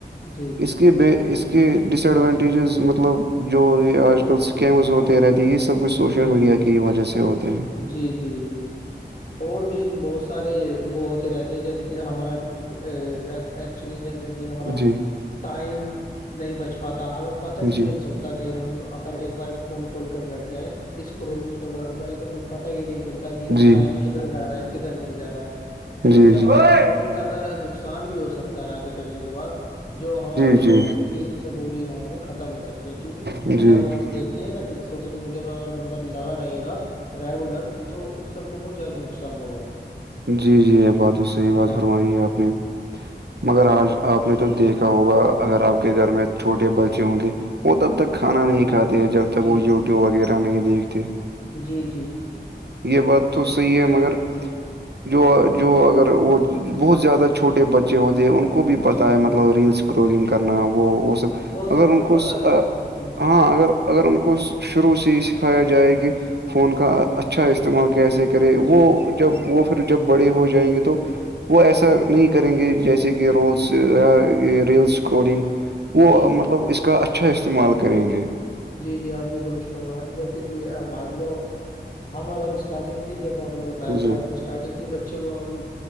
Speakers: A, on the left (about 50°); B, on the right (about 70°).
A: جی
B: اس اس کے بے اس کے ڈس ایڈوانٹیجز مطلب جو یہ آج کل سکیمز ہوتے رہتے اس سب کچھ
A: جی
B: سوشل
A: جی
B: میڈیا کی وجہ سے ہوتا ہے
A: جی جی جی اور بھی بہت سارے وہ ہوتے رہتے ہیں جیسے کہ ہمارا ایکچولی جیسے کہ ہمارا
B: جی
A: ٹائم نہیں بچ پاتا ہمیں پتہ ہی
B: جی
A: نہیں چلتا کہ ہم اگر ایک بار فون کال کر بیٹھ جائیں اسکرولنگ پہ بھ جائے تو ہمیں پت ہی نہیں چلتا کہ
B: جی
A: ٹائم کدھر جا رہا ہے کدھر نہیں جا رہا ہے
B: جی
A: تو اس سے
B: جی جی
A: ہمیں بہت زیادہ نقصان بھی ہو سکتا ہے آگے چلنے کے بعد جو ہمارے جو
B: جی
A: ڈریمس ہے وہ بھی ہمارے ختم ہو سکتے ہیں کیونکہ
B: جی جی
A: جب ہم دیکھ نہا ک سوشل میڈیا پہ اگر بند لگا رہے گا ریگولر تو اس سے بہت زیادہ نقصان ہوگا
B: جی جی بات تو صحیح بات
A: ہاں
B: فرمائی ہے آپ نے مگر آج آپ نے تو دیکھا ہوگا اگر آپ کے گھر میں چھوٹے بچے ہوں گے وہ تب تک کھانا نہیں
A: ہاں
B: کھاتے ہے جب تک
A: جی
B: وہ یوٹیوب
A: جی
B: وغیرہ نہیں دیکھتے
A: جی جی
B: یہ بات تو صحیح ہے مگر جو جو اگر وہ بہت زیادہ چھوٹے بچے ہوتے ہیں ان کو بھی پتا
A: جی
B: ہے مطلب ریلسکرولنگ کرنا وہ وہ سب
A: وہ
B: اگر
A: سب
B: ان
A: پتا
B: کو
A: ہے جی
B: ہاں اگر اگر ان کو شروع سے یہ سکھایا جائے کہ فون کا اچھا استعمال کیسے کرے وہ
A: جی جی
B: جب
A: جی
B: وہ پھر جب بڑے ہو جائیں گے تو وہ ایسا نہیں کریں گے جیسے کہ رولس ریلس اسکرولنگ وہ
A: جی
B: مطلب
A: جی
B: اس کا اچھا اچھا استعمال کریں گے
A: جی جی آپ نے درست کروایا جیسے کہ بلو ہم اگر اسٹارٹنگ سے ہی جیسا اپنے بتا
B: جی
A: کہ اسٹارٹنگ سے بچوں کو ہم